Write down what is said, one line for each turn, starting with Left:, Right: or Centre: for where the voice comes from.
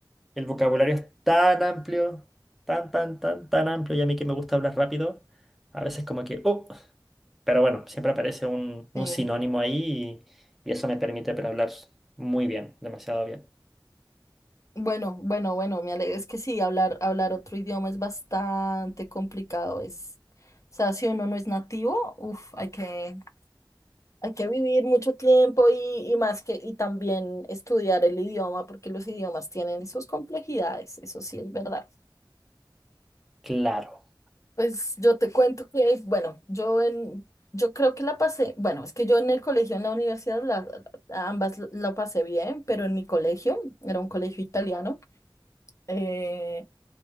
Centre: el vocabulario es tan amplio, tan, tan, tan, tan amplio. Y a mí que me gusta hablar rápido, a veces como que, oh, pero bueno, siempre aparece un, un
Left: Sí.
Centre: sinónimo ahí y, y eso me permite para hablar muy bien, demasiado bien.
Left: Bueno, bueno, bueno, me alegro. Es que sí, hablar, hablar otro idioma es bastante complicado. Es, o sea, si uno no es nativo, uff, hay que Hay que vivir mucho tiempo y, y más que, y también estudiar el idioma, porque los idiomas tienen sus complejidades, eso sí es verdad.
Centre: Claro.
Left: Pues yo te cuento que, bueno, yo en, yo creo que la pasé, bueno, es que yo en el colegio, en la universidad, la- la- ambas la pasé bien, pero en mi colegio, era un colegio italiano, eh,